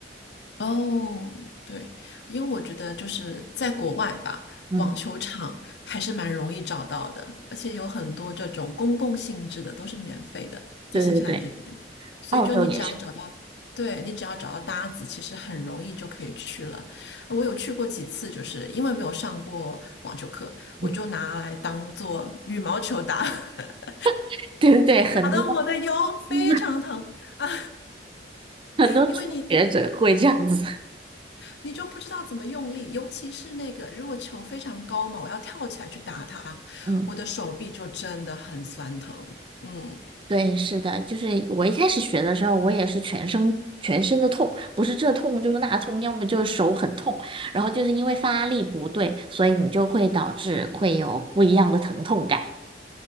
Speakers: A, on the left; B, on the right.
A: 哦，对，因为我觉得就是在国外吧，
B: 嗯，
A: 网球场还是蛮容易找到的，而且有很多这种公共性质的都是免费的，在新西兰这边，
B: 对对对，
A: 所以就你只要找到，
B: 澳洲也是，
A: 对，你只要找到搭子，其实很容易就可以去了。我有去过几次，就是因为没有上过网球课，
B: 嗯，
A: 我就拿来当做羽毛球打，<laughs>
B: <laughs> 对对对，很多
A: 打得我的腰非常疼。
B: <laughs>
A: <laughs> 啊，
B: 很多初学者会这样子。
A: 因为你。你就不知道怎么用力，尤其是那个如果球非常高嘛，我要跳起来去打它，
B: 嗯。
A: 我的手臂就真的很酸疼。嗯，
B: 对，是的，就是我一开始学的时候，我也是全身全身的痛，不是这痛就是那痛，要么就是手很痛，然后就是因为发力不对，所以你就会导致会有不一样的疼痛感。